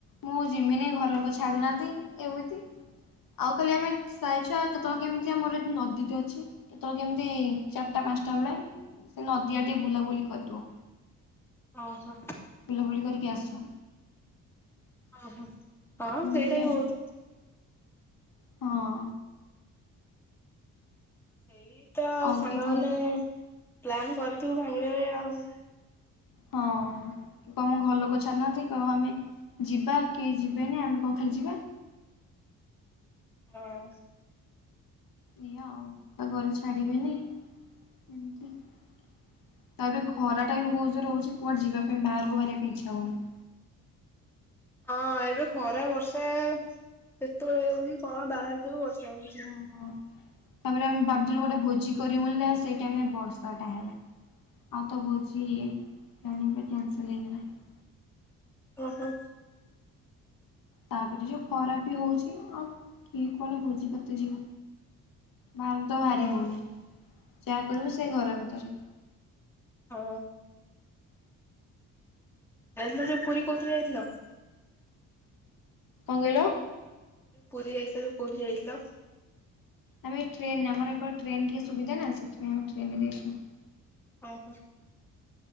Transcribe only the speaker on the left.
ମୁଁ ଯିମିନି ଘର ଲୋକ ଛାଡୁନାହାନ୍ତି, ଏମିତି। ଆଉ ଖାଲି ଆମେ ସାହିଛୁଆ କେତେବେଳେ କେମିତି ଆମର ନଦୀଟ ଅଛି, କେତେବେଳେ କେମିତି ଚାରିଟା ପାଞ୍ଚଟା ବେଳେ ସେ ନଦିଆଡେ ଟିକେ ବୁଲାବୁଲି କରିଦଉ।
ବୁଲାବୁଲି କରିକି ଆସୁ।
ଏମିତି
ଆଉ
ହଁ
ଆଉ
କିଏ କହିବ
ହଁ କମ ଘର ଲୋକ ଛଡନାହାନ୍ତି କ ଆମେ ଯିବା କେହି ଯିବେନି ଆମେ କଣ ଖାଲି ଯିବା?
ଏଇଆା ଆଉ ତା ଘରେ ଛାଡିବେନାଇ ଏମତି। ତାପରେ ଖରାଟା ବି ବହୁତ ଜୋରେହଉଚି କୁଆଡେ ଯିବା ପାଇଁ ବାହାରକୁ ବାହାରିବା ପାଇଁ ଇଚ୍ଛା ହଉନି। <inaudible>
ହଁ ହଁ। ତାପରେ ଆମେ ଭାବୁଥିଲୁ ଗୋଟେ ଭୋଜି କରିବୁ ବୋଲି ସେଇଟାଇମିରେ ବର୍ଷାଟା ହେଲା। ଆଉ ତ ଭୋଜି ପାଣି ଉପ କ୍ୟାନ୍ସଲ ହେଇଗଲା। <inaudible>
ତାପରେ ଯୋଉ ଖରାପ ବି ହଉଛି ଆଉ କି କୁଆଡେ ଭୋଜିଭାତ ଯିବ। ବାହାରକୁ ତ ବାହାରି
ହଉନି, ଯାହା କରିବୁ ସେଇ ଘର ଭିତରେ।
କଣ କହିଲ?
ଆମେ ଟ୍ରେନ ଆମର ଏପଟ ଟ୍ରେନ ଟିକେ ସୁବିଧା ନା ସେଥିପାଇଁ ଆମେ ଟ୍ରେନରେ ଯାଇଥିଲୁ।